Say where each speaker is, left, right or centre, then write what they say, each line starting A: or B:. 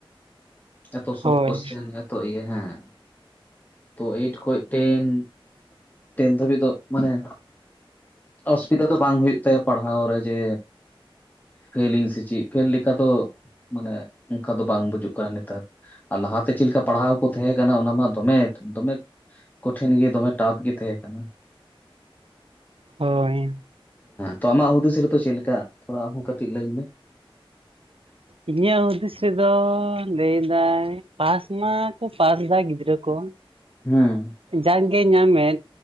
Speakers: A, on the left; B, on the right.
A: ᱮᱛᱚ ᱥᱚᱨᱴ
B: ᱦᱳᱭ
A: ᱠᱚᱥᱪᱮᱱ ᱮᱛᱚ ᱤᱭᱟᱹ ᱦᱮᱸ ᱛᱚ ᱮᱭᱤᱴ ᱠᱷᱚᱱ ᱴᱮᱱ, ᱴᱮᱱ ᱫᱷᱟᱹᱵᱤᱡ ᱫᱚ ᱢᱟᱱᱮ ᱚᱥᱩᱵᱤᱫᱷᱟ ᱫᱚ ᱵᱟᱝ ᱦᱩᱭᱩᱜ ᱛᱟᱭᱟ ᱯᱟᱲᱦᱟᱣ ᱨᱮ ᱡᱮ ᱯᱷᱮᱞ ᱤᱧ ᱥᱮᱪᱮᱫ ᱯᱷᱮᱞ ᱞᱮᱠᱟ ᱫᱚ ᱢᱟᱱᱮ ᱚᱱᱠᱟ ᱫᱚ ᱵᱟᱝ ᱵᱩᱡᱩᱜ ᱠᱟᱱᱟ ᱱᱮᱛᱟᱨ᱾ ᱟᱨ ᱞᱟᱦᱟᱛᱮ ᱪᱮᱫ ᱞᱮᱠᱟ ᱯᱟᱲᱦᱟᱣ ᱠᱚ ᱛᱟᱦᱮᱸ ᱠᱟᱱᱟ ᱚᱱᱟ ᱢᱟ ᱫᱚᱢᱮ ᱫᱚᱢᱮ ᱠᱚᱴᱷᱤᱱ ᱜᱮ ᱫᱚᱢᱮ ᱴᱟᱯ ᱜᱮ ᱛᱟᱦᱮᱸ ᱠᱟᱱᱟ ᱾
B: ᱦᱳᱭ᱾
A: ᱛᱚ ᱟᱢᱟᱜ ᱦᱩᱫᱤᱥ ᱨᱮᱛᱚ ᱪᱮᱫ ᱞᱮᱠᱟ ᱛᱷᱚᱲᱟ ᱟᱢᱦᱚᱸ ᱠᱟᱹᱴᱤᱡ ᱞᱟᱹᱭ ᱢᱮ?
B: ᱤᱧᱟᱹᱜ ᱦᱩᱫᱤᱥ ᱨᱮᱫᱚ ᱞᱟᱹᱭᱫᱟᱭ ᱯᱟᱥ ᱢᱟᱠᱚ ᱯᱟᱥ ᱮᱫᱟ ᱜᱤᱫᱽᱨᱟᱹ ᱠᱚ
A: ᱦᱩᱸ᱾
B: ᱡᱟᱜᱼᱜᱮ ᱧᱟᱢᱮᱫ